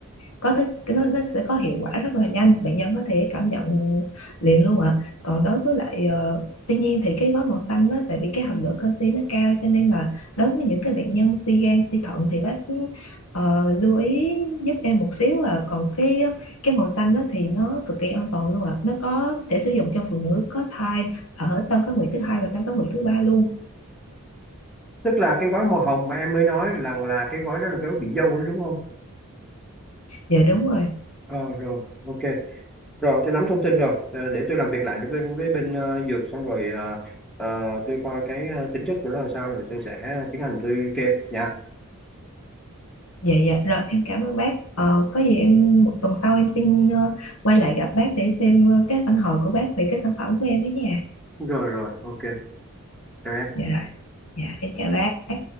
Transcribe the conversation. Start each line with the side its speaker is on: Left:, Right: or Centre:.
Left: có tới cái- nó nó sẽ có hiệu quả rất là nhanh bệnh nhân có thể cảm nhận liền luôn ạ còn đối với lại ờ, tuy nhiên thì cái gói màu xanh đó tại vì cái hàm lượng canxi nó cao cho nên là đối với những cái bệnh nhân suy gan suy thận thì bác ờ, lưu ý giúp em một xíu à còn cái cái màu xanh đó thì nó cực kỳ an toàn luôn ạ nó có thể sử dụng cho phụ nữ có thai ở tam cá nguyệt thứ hai và tam cá nguyệt thứ ba luôn
Centre: tức là cái gói màu hồng mà em mới nói rằng là cái gói đó là cái gói vị dâu đó đúng không
Left: dạ đúng rồi
Centre: ờ rồi ok rồi tôi nắm thông tin rồi Ờ, để tôi làm việc lại với với bên ờ, dược xong rồi ờ, ờ, tôi coi cái ờ, tính chất của nó là sao rồi tôi sẽ tiến hành tôi kê nha
Left: Dạ dạ rồi em cảm ơn bác. Ờ, có gì em một tuần sau em xin ờ, quay lại gặp bác để xem ờ, các phản hồi của bác về cái sản phẩm của em với nhà.
Centre: rồi rồi ok chào em
Left: Dạ rồi. Dạ em chào bác.